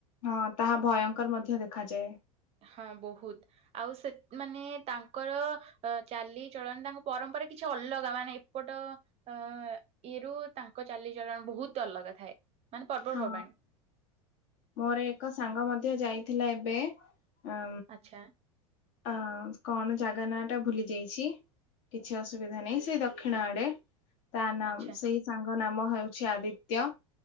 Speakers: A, on the left; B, on the right.
A: ହଁ, ତାହା ଭୟଙ୍କର ମଧ୍ୟ ଦେଖାଯାଏ।
B: ହଁ ବହୁତ୍। ଆଉ ସେ ମାନେ ତାଙ୍କ ତାଙ୍କର ଚାଲିଚଳଣି ତାଙ୍କ ପରମ୍ପରା କିଛି ଅଲଗା। ମାନେ ଏପଟ ଅ ଇଏ ରୁ ତାଙ୍କ ଚାଲିଚଳଣ ବହୁତ ଅଲଗା ଥାଏ। ମାନେ ପର୍ବପର୍ବାଣୀ
A: ହଁ। ମୋର ଏକ ସାଙ୍ଗ ମଧ୍ୟ ଯାଇଥିଲା ଏବେ। ଉଁ
B: ଆଚ୍ଛା।
A: ଉଁ କଣ ଜାଗା ନାଁ ଟା ଭୁଲି ଯାଇଛି। କିଛି ଅସୁବିଧା ନାହିଁ। ସେ ଦକ୍ଷିଣ ଆଡେ ତା ନା
B: ଆଚ୍ଛା
A: ସେଇ ସାଙ୍ଗ ନାମ ହେଉଛି ଆଦିତ୍ୟ।